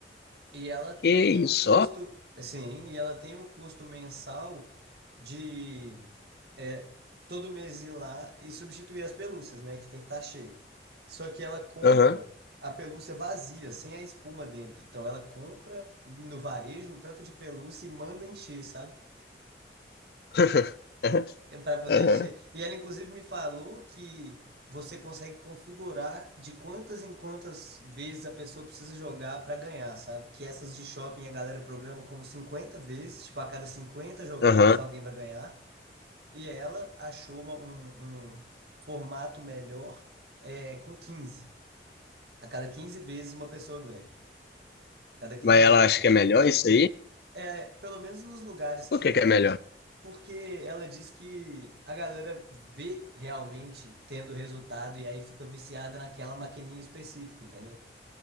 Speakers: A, on the right; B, on the left.
A: E ela tem
B: Que isso,
A: o custo,
B: só?
A: assim, e ela tem o custo mensal de é, todo mês ir lá e substituir as pelúcias, né? Que tem que estar cheio. Só que ela compra
B: Aham.
A: a pelúcia vazia, sem a espuma dentro. Então ela compra no varejo um tanto de pelúcia e manda encher, sabe?
B: <laughs>
A: É para poder
B: Aham.
A: encher. E ela inclusive me falou que você consegue configurar de quantas em quantas vezes a pessoa precisa jogar para ganhar, sabe? Que essas de shopping a galera programa como 50 vezes, tipo a cada 50 jogadas
B: Aham.
A: alguém vai ganhar. E ela achou uma- um, um formato melhor é, com quinze A cada 15 vezes uma pessoa ganha. Cada 15
B: Mas ela
A: jogos,
B: acha
A: né?
B: que é melhor isso aí?
A: É, pelo menos nos lugares que
B: Por que
A: ela.
B: que é melhor?
A: Porque ela diz que a galera vê realmente tendo resultado e aí fica viciada naquela maquininha específica, entendeu?